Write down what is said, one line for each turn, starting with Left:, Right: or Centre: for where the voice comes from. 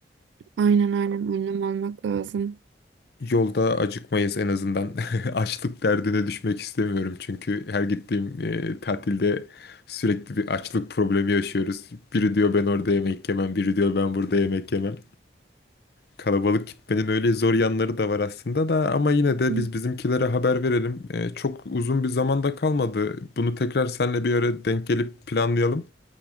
Right: Aynen aynen önlem almak lazım.
Left: Yolda acıkmayız en azından. <laughs> Açlık derdine düşmek istemiyorum çünkü her gittiğim e, tatilde sürekli bir açlık problemi yaşıyoruz. Biri diyor ben orada yemek yemem, biri diyor ben burada yemek yemem. Kalabalık gitmenin öyle zor yanları da var aslında da ama yine de
Right: <laughs>
Left: biz bizimkilere haber verelim. E, çok uzun bir zamanda kalmadı. Bunu tekrar seninle bir ara denk gelip planlayalım.